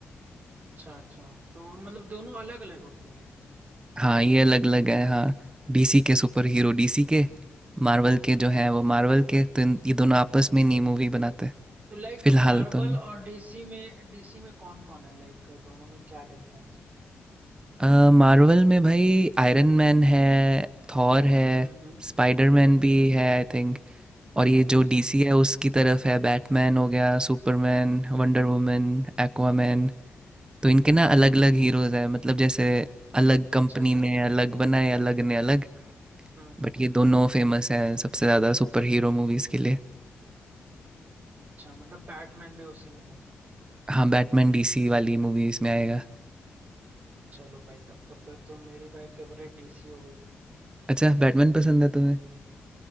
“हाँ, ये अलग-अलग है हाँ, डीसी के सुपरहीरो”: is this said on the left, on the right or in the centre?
Right